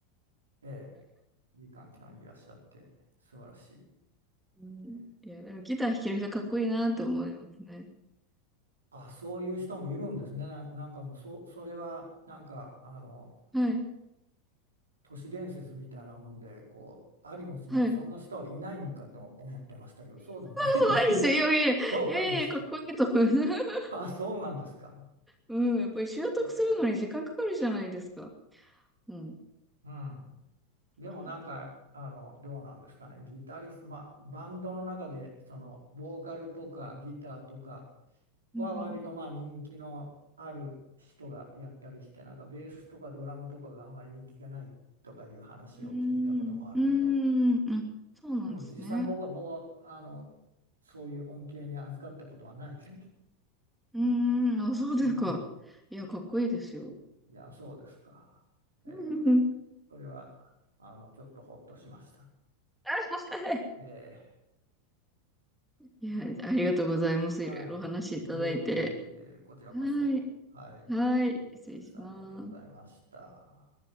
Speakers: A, on the right; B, in the centre.
A: えーいい環境にいらっしゃって素晴らしい。
B: うんいや、
A: えー
B: でもギター弾ける人かっこいいなって思いますね。
A: あ、そういう人もいるんですね。なん、なんかもうそ、それはなんかあの
B: はい。
A: 都市伝説みたいなもんでこうありもしないそんな人はいないんかと思ってましたけどそうでもないですね。
B: はい。えー、そんなことないですよ。
A: <laughs>
B: いやいや、いやいやいや、
A: どうなんですか。
B: かっこいいと思う。<laughs>
A: あ、そうなんですか。
B: うん、やっぱり習得するのに時間かかるじゃないですか。
A: え
B: うん。
A: ーうんでもなんかあのどうなんですかねギタリスト、
B: うん。
A: まあ、バンドの中でそのボーカルとかギターとか
B: うん
A: は割とまあ人気のある人がやったりしてなんかベースとかドラムとかがあんまり人気がないとかいう話を聞いたこともあるけど
B: うん。うん。うん。あ、そうなんですね。
A: でも実際に僕は、僕はあのそういう恩恵に預かったことはないです。
B: うーん、あ、そうですか。
A: うん、
B: いや、かっこいいですよ。
A: いやそうですか。えー
B: うんうんうん
A: それはあのちょっとほっとしました。
B: あはい。
A: え
B: いや、
A: ー
B: ありがとうございます。
A: は
B: いろいろお話しいただいて。
A: い。いえいえいえ、こちらこそ。
B: はい。
A: はい。よかったです。
B: はい。失礼します。
A: ありがとうございました。